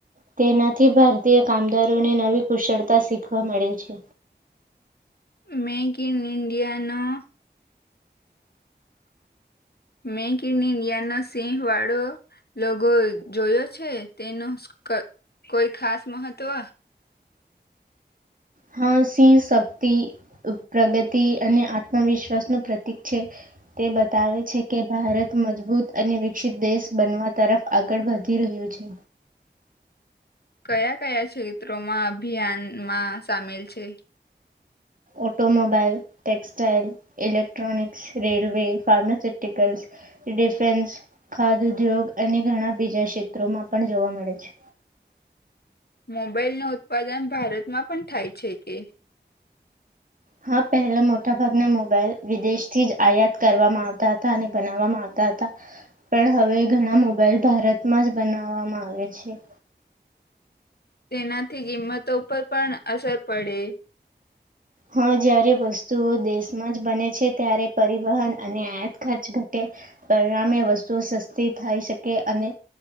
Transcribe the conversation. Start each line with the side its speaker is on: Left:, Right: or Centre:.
Right: તેનાથી ભારતીય કામદારોને નવી કુશળતા શીખવા મળે છે
Left: મેક ઇન ઇન્ડિયાનું મેક ઇન ઇન્ડિયા ના સિંહ વાળો લોકોગો જોયો છે તેનો કોઈ ખાસ મહત્વ
Right: હા સિંહ શક્તિ પ્રગતિ અને આત્મવિશ્વાસનુંું પ્રતીિક છે તે બતાવે છે કે ભારત મજબૂત અને વિકસિત દેશ બનવા તરફ આગળ વધી રહ્યું છે
Left: કયા કયા ક્ષેત્રોમાં અભિયાનમાં સામેલ છે
Right: automobile textile electronics railway pharmaceuticals defence ખાદ ઉદ્યોગ અને ઘણા બીજા ક્ષેત્રોમાં પણ જોવા મળે છે
Left: મોબાઈલ ન ઉત્પાદન ભારતમાં પણ થાય છે કે
Right: હા પહેલા મોટા ભાગના મોબાઈલ વિદેશ થી જ આયાત કરવામાં આવતા હતા અને બનાવવામાં આવતા હતા પણ હવે ઘણા મોબાઈલ ભારતમાં જ બનાવવામાં આવે છે
Left: તેનાથી કિંમતો પર પણ અસર પડે
Right: હા જારે વસ્તુઓ દેશમાં જ બને છે ત્યારે પરિવહન અને આયાત ખર્ચ ઘટે પરિણામે વસ્તુઓ સસ્તી થઈ શકે અને